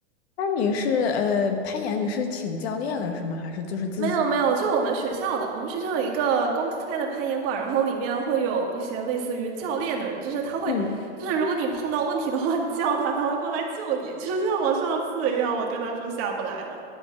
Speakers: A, on the left (about 65°); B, on the right (about 40°).
A: 那你是呃攀岩，你是请教练了是吗？还是就是自己？
B: 没有没有，就我们学校的，我们学校有一个公开的攀岩馆，然后里面会有一些类似于教练的人，就是他会，
A: 嗯
B: 就是如果你碰到问题的话，你叫他，他会过来救你，就像我上次一样，我跟他说下不来了，